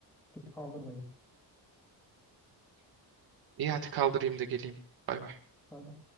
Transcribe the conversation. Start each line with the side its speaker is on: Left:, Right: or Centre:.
Centre: Git kaldır da gel.
Right: İyi hadi kaldırayım da geleyim. Bay bay.
Centre: Bay bay.